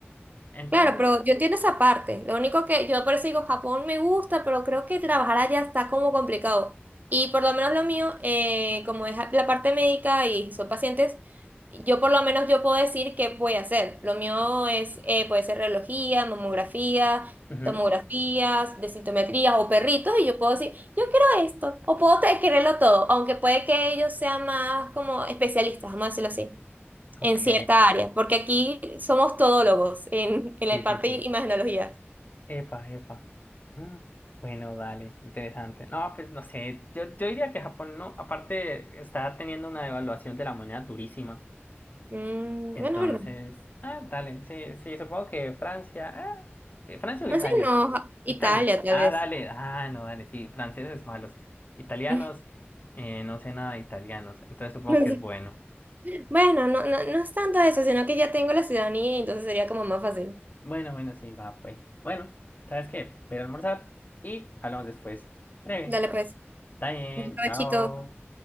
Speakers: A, on the left; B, on the right.
A: Entonces,
B: Claro, pero yo entiendo esa parte. Lo único que yo por eso digo, Japón me gusta, pero creo que trabajar allá está como complicado. Y por lo menos lo mío, eh, como es la parte médica y son pacientes, yo por lo menos yo puedo decir qué voy a hacer. Lo mío es, eh, puede ser reología, mamografía,
A: Ujú,
B: tomografías, de sintometría o perritos y yo puedo decir, yo quiero esto o puedo te- quererlo todo, aunque puede que ellos sean más como especialistas, vamos a decirlo así
A: Ok,
B: en cierta área, porque aquí somos todólogos en, en
A: sí,
B: la
A: sí,
B: parte
A: sí.
B: de imagenología.
A: Epa, epa. Mm, Bueno, dale, interesante. No, pues no sé, yo, yo diría que Japón no, aparte está teniendo una devaluación de la moneda durísima.
B: Mm,
A: Entonces,
B: bueno, es verdad.
A: ah, dale, sí, sí, supongo que Francia, ah, eh, Francia
B: Francia
A: o Italia,
B: no, Ja- Italia
A: Italia,
B: tal
A: ah,
B: vez.
A: dale, ah, no, dale, sí, franceses malos, italianos,
B: <laughs>
A: eh, no sé nada de italianos, entonces supongo
B: No
A: que
B: sé.
A: es bueno.
B: Bueno, no, no, no es tanto eso, sino que ya tengo la ciudadanía y entonces sería como más fácil.
A: Bueno, bueno, sí, va, pues. Bueno, ¿sabes qué? Voy a almorzar y hablamos después. Breve.
B: Dale pues,
A: Está bien,
B: un provechito.
A: chao.